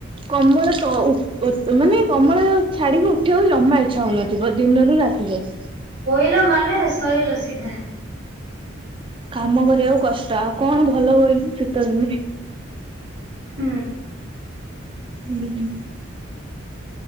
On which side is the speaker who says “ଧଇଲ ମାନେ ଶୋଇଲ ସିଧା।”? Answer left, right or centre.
Right